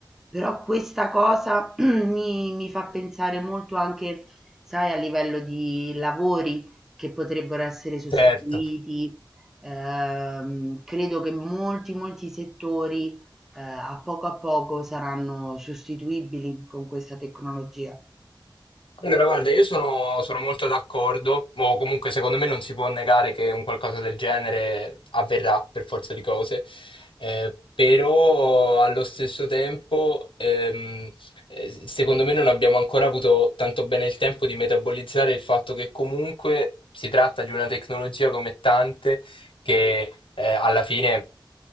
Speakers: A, in the centre; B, on the left.
A: Però questa cosa <clears throat> mi mi fa pensare molto anche, sai, a livello di lavori che potrebbero essere sostituiti.
B: certo.
A: Ehm, credo che molti, molti settori, ehm, a poco a poco saranno sostituibili con questa tecnologia.
B: Allora, guarda, io sono, sono molto d'accordo, o comunque secondo me non si può negare che un qualcosa del genere avverrà per forza di cose, eh, però allo stesso tempo, ehm, eh, secondo me non abbiamo ancora avuto tanto bene il tempo di metabolizzare il fatto che comunque si tratta di una tecnologia come tante che eh, alla fine